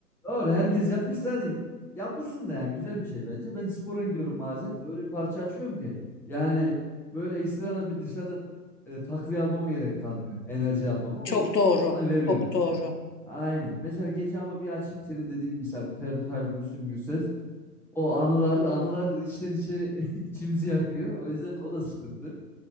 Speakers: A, in the centre; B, on the left.
A: doğru herkes yapmış zaten yapılsın da yani güzel bir şey bence. Ben spora gidiyorum bazen. Öyle bir parça açıyorum ki yani böyle ekstradan bir dışarıdan e, takviye almama gerek kalmıyor. Enerji almama
B: <laughs> Çok
A: o
B: doğru.
A: bana veriyor.
B: Çok doğru.
A: Aynen. Mesela gece ama bir açayım senin dediğin misal Ferdi Tayfur, Müslüm Gürses. O anılar anılar içten içe <laughs> içimizi yakıyor. O yüzden o da sıkıntı.